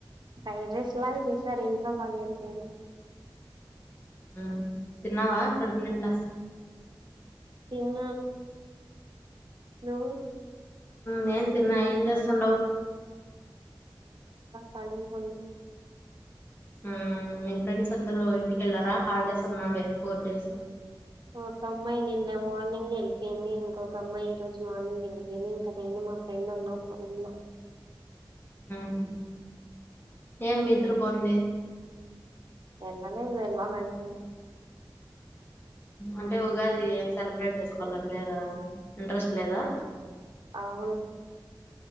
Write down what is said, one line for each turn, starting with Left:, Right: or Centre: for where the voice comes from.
Right: ఫ్రైడ్ రైస్ లాగ చేసారు. ఇంట్లో మరి ఏం లేదు.
Left: మ్ తిన్నావా కడుపు నిండా.
Right: తిన్నాను. నువ్వు
Left: నేను తిన్నా ఏం చేస్తాండవు?
Right: ఖాళీ గా ఉన్నా
Left: మ్ మీ ఫ్రెండ్స్ అందరూ ఇంటికి వెళ్ళారా? హాలిడేస్ అన్నావే ఫోర్ డేస్.
Right: ఒక అమ్మాయి నిన్న మార్నింగ్ వెళ్ళిపోయింది. ఇంకొక అమ్మాయి ఈ రోజు మార్నింగ్ వెళ్ళియింది. ఇంకా నేను మా ఫ్రెండ్ ఉన్నాం మా రూమ్ లో.
Left: మ్ ఏం ఇద్దరూ పోంది
Right: వెళ్ళలే వెళ్లాలని లేదు
Left: అంటే ఉగాది ఏం సెలబ్రేట్ చేసుకోవాలని లేదా ఇంట్రెస్ట్ లేదా?
Right: ఆవును